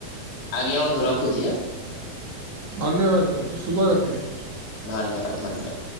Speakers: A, on the left; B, on the right.
A: ଆଜ୍ଞା ବନ୍ଧୁ ରଖୁଛି ଆଁ।
B: ଧନ୍ୟବାଦ ବନ୍ଧୁ ଶୁଭ ରାତ୍ରୀ।
A: ଧନ୍ୟବାଦ ଧନ୍ୟବାଦ।